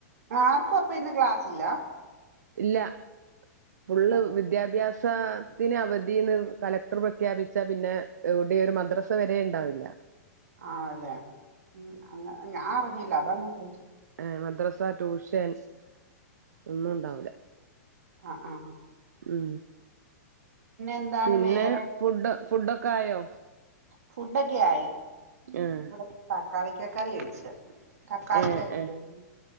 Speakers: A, on the right; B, on the right.
A: ആർക്കും അപ്പ ഇന്ന് ക്ലാസില്ലാ
B: ഇല്ല ഫുള്ള്
A: ആ
B: വിദ്യാഭ്യാസ സത്തിന് അവധീന്ന് കലക്ടർ പ്രഖ്യാപിച്ച പിന്നെ എവിടേം ഒരു മദ്രസ വരെ ഇണ്ടാവില്ല
A: ആഹ് അതെ ഉം അങ്ങ ഞാ അറിഞ്ഞില്ല അതാ ഞാ ചോദിച്ചേ.
B: ഏ മദ്രസ ട്യൂഷൻസ് ഒന്നുണ്ടാവൂല.
A: അ ആഹ്.
B: ഉം.
A: എന്താണ്
B: പിന്നെ
A: വേറെ
B: ഫുഡ് ഫുഡൊക്കായോ.
A: ഫുഡൊക്കെയായി
B: ആഹ്
A: ഇവടെ തക്കാളിക്ക കറി വെച്ച്. തക്കാളിക്ക്യ
B: ഏഹ്
A: വെച്ച്
B: ഏഹ്
A: ഉം.